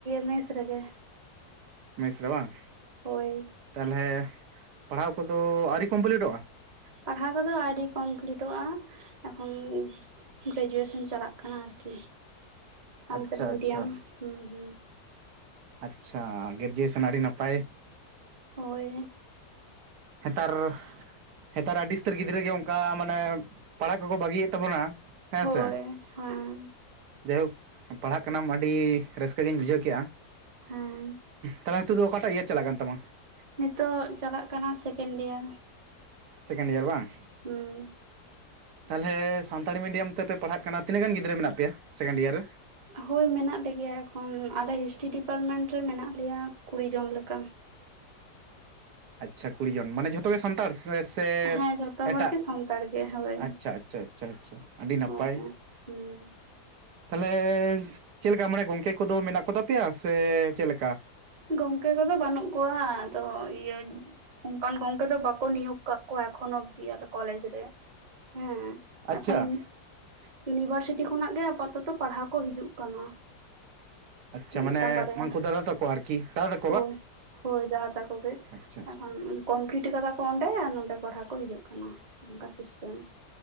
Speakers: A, on the right (about 35°); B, on the right (about 75°).
A: ᱢᱮᱥ ᱨᱮᱜᱮ᱾
B: ᱢᱮᱥ ᱨᱮ ᱵᱟᱝ
A: ᱦᱳᱭ
B: ᱛᱟᱦᱚᱞᱮ ᱯᱟᱲᱦᱟᱣ ᱠᱚᱫᱚ ᱟᱹᱣᱨᱤ ᱠᱚᱢᱯᱞᱤᱴᱚᱜᱼᱟ?
A: ᱯᱟᱲᱦᱟᱣ ᱠᱚᱫᱚ ᱟᱣᱨᱤ ᱠᱚᱢᱯᱞᱤᱴᱚᱜᱼᱟ ᱮᱠᱷᱚᱱᱼ ᱜᱨᱮᱡᱩᱭᱮᱥᱚᱱ ᱪᱟᱞᱟᱜ ᱠᱟᱱᱟ ᱟᱨᱠᱤ ᱥᱟᱱᱛᱟᱞᱤ
B: ᱟᱪᱪᱷᱟ
A: ᱢᱤᱰᱤᱭᱟᱢ
B: ᱟᱪᱪᱷᱟ
A: ᱦᱩᱸᱦᱩᱸ
B: ᱟᱪᱪᱷᱟ ᱜᱨᱮᱡᱩᱭᱮᱥᱚᱱ ᱟᱹᱰᱤ ᱱᱟᱯᱟᱭ
A: ᱦᱳᱭ
B: ᱱᱮᱛᱟᱨ ᱧᱮᱛᱟᱨ ᱟᱹᱰᱤ ᱩᱥᱛᱟᱹᱨ ᱜᱤᱫᱽᱨᱟᱹ ᱜᱮ ᱚᱝᱠᱟ ᱢᱟᱱᱮ ᱯᱟᱲᱦᱟᱜ ᱠᱚᱠᱚ ᱵᱟᱹᱜᱤᱭᱮᱜ ᱛᱟᱵᱚᱱᱟ᱾ ᱦᱮᱸ
A: ᱦᱳᱭ
B: ᱥᱮ
A: ᱦᱮᱸ
B: ᱡᱟᱭᱦᱳᱠ ᱯᱟᱲᱦᱟᱜ ᱠᱟᱱᱟᱢ ᱟᱹᱰᱤ ᱨᱟᱹᱥᱠᱟᱹ ᱜᱤᱧ ᱵᱩᱡᱷᱟᱹᱣ ᱠᱮᱜᱼᱟ᱾
A: ᱦᱮᱸ
B: ᱛᱟᱞᱦᱮ ᱱᱤᱛᱚᱜ ᱫᱚ ᱚᱠᱟᱴᱟᱜ ᱤᱭᱟᱨ ᱪᱟᱞᱟᱜ ᱠᱟᱱ ᱛᱟᱢᱟ?
A: ᱱᱤᱛᱚᱜ ᱪᱟᱞᱟᱜ ᱠᱟᱱᱟ ᱥᱮᱠᱮᱱ ᱰᱤᱭᱟᱨ᱾
B: ᱥᱮᱠᱮᱱᱰᱤᱭᱟᱨ ᱵᱟᱝ᱾
A: ᱦᱩᱸ
B: ᱛᱟᱞᱦᱮ ᱥᱟᱱᱛᱟᱲᱤ ᱢᱤᱰᱤᱭᱟᱢ ᱛᱮᱯᱮ ᱯᱟᱲᱦᱟᱜ ᱠᱟᱱᱟ ᱛᱤᱱᱟᱹᱜ ᱜᱟᱱ ᱜᱤᱫᱽᱨᱟᱹ ᱢᱮᱱᱟᱜ ᱯᱮᱭᱟ ᱥᱮᱠᱮᱱᱰᱤᱭᱟᱨ ᱨᱮ?
A: ᱦᱳᱭ ᱢᱮᱱᱟᱜ ᱞᱮᱜᱮᱭᱟ ᱮᱠᱷᱚᱱ ᱟᱞᱮ ᱦᱤᱥᱴᱨᱤ ᱰᱤᱯᱟᱨᱢᱮᱱᱴ ᱨᱮ ᱢᱮᱱᱟᱜ ᱞᱮᱭᱟ ᱠᱩᱲᱤ ᱡᱚᱱ ᱞᱮᱠᱟ᱾
B: ᱟᱪᱪᱷᱟ ᱠᱩᱲᱤ ᱡᱚᱱ ᱢᱟᱱᱮ ᱡᱚᱛᱚ ᱜᱮ ᱥᱟᱱᱛᱟᱲ ᱥᱮ ᱥᱮ
A: ᱦᱮᱸ ᱡᱚᱛᱚ
B: ᱮᱴᱟᱜ
A: ᱦᱚᱲ ᱜᱮ ᱥᱟᱱᱛᱟᱲ ᱜᱮ ᱦᱳᱭ
B: ᱟᱪᱪᱷᱟ ᱟᱪᱪᱷᱟ ᱟᱪᱪᱷᱟ ᱟᱪᱪᱷᱟ ᱟᱹᱰᱤ ᱱᱟᱯᱟᱭ᱾
A: ᱦᱳᱭ ᱦᱩᱸ
B: ᱛᱟᱞᱦᱮ ᱪᱮᱫ ᱞᱮᱠᱟ ᱢᱟᱱᱮ ᱜᱚᱝᱠᱮ ᱠᱚᱫᱚ ᱢᱮᱱᱟᱜ ᱠᱚ ᱛᱟᱯᱮᱭᱟ ᱥᱮ ᱪᱮᱫ ᱞᱮᱠᱟ?
A: ᱜᱚᱝᱠᱮ ᱠᱚᱫᱚ ᱵᱟᱹᱱᱩᱜ ᱠᱚᱣᱟ ᱟᱫᱚ ᱤᱭᱟᱹ ᱚᱝᱠᱟᱱ ᱜᱚᱝᱠᱮ ᱫᱚ ᱵᱟᱠᱚ ᱱᱤᱭᱳᱜ ᱠᱟᱜ ᱠᱚᱣᱟ ᱮᱠᱷᱚᱱᱳ ᱚᱵᱫᱤ ᱟᱯᱮ ᱠᱚᱞᱮᱡᱽ ᱨᱮ ᱦᱮᱸ᱾
B: ᱟᱪᱪᱷᱟ
A: ᱮᱠᱷᱚᱱ ᱤᱭᱩᱱᱤᱵᱷᱟᱨᱥᱤᱴᱤ ᱠᱷᱚᱱᱟᱜ ᱜᱮ ᱟᱯᱟᱛᱚᱛᱚ ᱯᱟᱲᱦᱟᱣ ᱠᱚ ᱦᱤᱡᱩᱜ ᱠᱟᱱᱟ᱾
B: ᱟᱪᱪᱷᱟ
A: ᱢᱤᱫᱴᱟᱝ
B: ᱢᱟᱱᱮ
A: ᱵᱟᱨᱭᱟ
B: ᱦᱟᱹᱝᱠᱩ ᱫᱟᱫᱟ ᱛᱟᱠᱚ ᱟᱨᱠᱤ ᱫᱟᱫᱟ ᱛᱟ
A: ᱦᱳᱭ ᱦᱳᱭ ᱫᱟᱫᱟ ᱛᱟᱠᱚ ᱜᱮ
B: ᱟᱪᱪᱷᱟ
A: ᱮᱠᱷᱚᱱ ᱠᱚᱢᱯᱤᱞᱴ ᱠᱟᱫᱟ ᱠᱚ ᱚᱸᱰᱮ ᱟᱨ ᱱᱚᱸᱰᱮ ᱯᱟᱲᱦᱟᱣ ᱠᱚ ᱦᱤᱡᱩᱜ ᱠᱟᱱᱟ, ᱚᱝᱠᱟ ᱥᱤᱥᱴᱮᱢ᱾